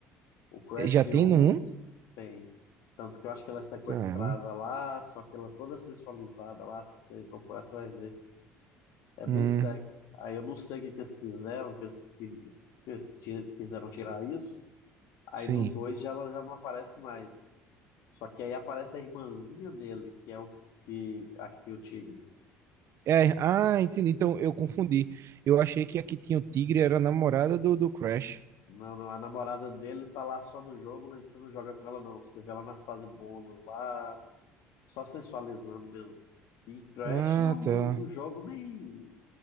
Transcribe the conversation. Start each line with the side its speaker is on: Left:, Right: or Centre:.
Left: O Crash
Right: Eh, Já tem
Left: 1
Right: no um?
Left: tem. Tanto que eu acho que ela é sequestrada
Right: Cara,
Left: lá, só que ela é toda sensualizada lá, se você procurar, você vai ver. É bem
Right: hum,
Left: sexy. Aí eu não sei o que que eles fizeram, que eles, que, se eles ti- quiseram tirar isso. Aí
Right: sim.
Left: no 2 já, ela já não aparece mais. Só que aí aparece a irmãzinha dele, que é o que, que- a que tem o tigre.
Right: É, ah, entendi. Então eu confundi. Eu achei que a que tinha o tigre era a namorada do, do Crash.
Left: Não, não, a namorada dele tá lá só no jogo, mas você não joga com ela, não. Você vê ela nas fases bônus, lá, só sensualizando mesmo. E Crash
Right: Ah,
Left: é um,
Right: tá.
Left: um jogo meio.